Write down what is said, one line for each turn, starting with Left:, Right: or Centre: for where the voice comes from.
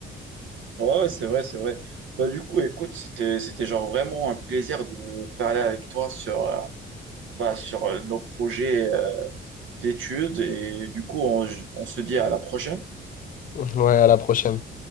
Right: Ouais, ouais, c'est vrai, c'est vrai. Bah, du coup, écoute, c'était, c'était genre vraiment un plaisir de parler avec toi sur, euh, bah, sur euh, nos projets euh, d'études. Et du coup, on on se dit à la prochaine.
Left: Ouais, à la prochaine.